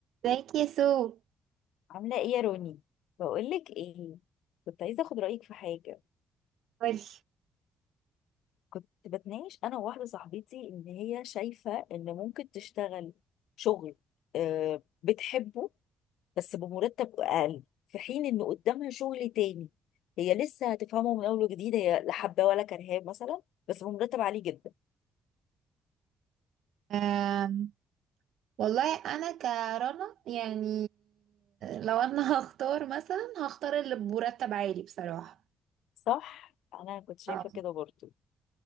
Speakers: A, on the right; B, on the left.
A: ازيك يا سو
B: عاملة ايه يا روني؟ بقولك ايه كنت عايزة اخد رأيك في حاجة
A: قولي
B: كنت بتناقش انا وواحدة صاحبتي ان هي شايفة ان ممكن تشتغل شغل آه، بتحبه بس بمرتب اقل في حين ان قدامها شغل تاني هي لسه هتفهمه من اول وجديد هي لا حباه ولا كرهاه مثلا بس بمرتب عالي جدا
A: أم، والله انا كرنا يعني لو انا <laughs> هختار مثلا هختار اللي بمرتب عالي بصراحة
B: صح؟ انا كنت شايفة
A: اه
B: كده برضو